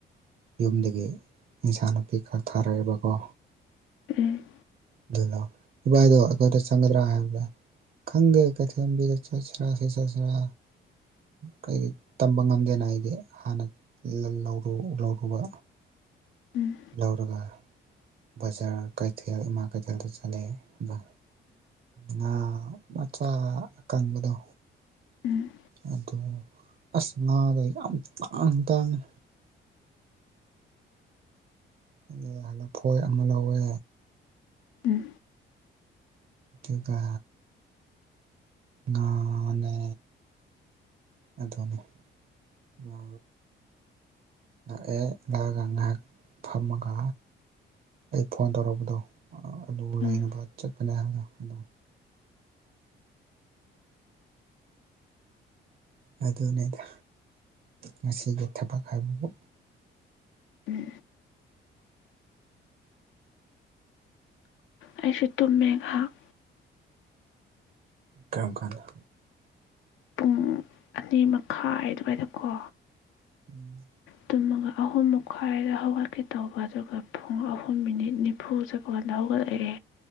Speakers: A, on the right; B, on the left.
A: ꯌꯨꯝꯗꯒꯤ ꯏꯟꯁꯥꯅꯨꯄꯤ ꯈꯛ ꯊꯥꯔꯛꯏꯕꯀꯣ
B: ꯎꯝ
A: ꯑꯗꯨꯅ ꯏꯕꯥꯏꯗꯣ ꯑꯩꯈꯣꯏꯗ ꯆꯪꯒꯗ꯭ꯔꯥ ꯍꯥꯏꯕꯗ ꯈꯪꯗꯦ ꯀꯩꯊꯦꯜꯕꯤꯗ ꯆꯠꯁ꯭ꯔꯁꯤ ꯆꯠ ꯈꯔ ꯀꯩ ꯇꯝꯕ ꯉꯝꯗꯦꯅ ꯑꯩꯗꯤ ꯍꯥꯟꯅ ꯂꯧꯔ ꯂꯧꯔꯨꯕ
B: ꯎꯝ
A: ꯂꯧꯔꯒ ꯕꯖꯥꯔ ꯀꯩꯊꯦꯜ ꯏꯃꯥ ꯀꯩꯊꯦꯜꯗ ꯆꯠꯂꯦ ꯑ ꯉꯥ ꯃꯆꯥ ꯑꯀꯪꯕꯗꯣ
B: ꯎꯝ
A: ꯑꯗꯨ ꯑꯁ ꯉꯥꯗꯣ ꯌꯥꯝ ꯇꯥꯡ ꯇꯥꯡꯉꯤ ꯑꯗꯨ ꯂꯐꯣꯏ ꯑꯃ ꯂꯧꯋꯦ
B: ꯎꯝ
A: ꯑꯗꯨꯒ ꯉꯥꯟꯅꯦ ꯑꯗꯨꯅꯤ ꯉ ꯂꯥꯛꯑꯦ ꯂꯥꯛꯑꯒ ꯉꯥꯏꯍꯥꯛ ꯐꯝꯃꯒ ꯑꯩ ꯐꯣꯟ ꯇꯧꯔꯛꯄꯗꯣ ꯑꯂꯨ
B: ꯎꯝ
A: ꯂꯩꯅꯕ ꯆꯠꯄꯅꯦ ꯍꯥꯏꯕꯗꯣ ꯑꯗꯣ ꯑꯗꯨꯅꯤꯗ ꯉꯁꯤꯒꯤ ꯊꯕꯛ ꯍꯥꯏꯕꯕꯨ
B: ꯑꯦ ꯑꯩꯁꯨ ꯇꯨꯝꯃꯦꯍꯥꯛ
A: ꯀꯔꯝ ꯀꯥꯟꯗ
B: ꯄꯨꯡ ꯑꯅꯤ ꯃꯈꯥꯏ ꯑꯗꯨꯋꯥꯏꯗꯀꯣ
A: ꯎꯝ
B: ꯇꯨꯝꯃꯒ ꯑꯍꯨꯝ ꯃꯈꯥꯏꯗ ꯍꯧꯒꯠꯀꯦ ꯇꯧꯕ ꯑꯗꯨꯒ ꯄꯨꯡ ꯑꯍꯨꯝ ꯃꯤꯅꯤꯠ ꯅꯤꯐꯨ ꯆꯄꯄꯥꯟꯗ ꯍꯧꯒꯠꯂꯛꯑꯦ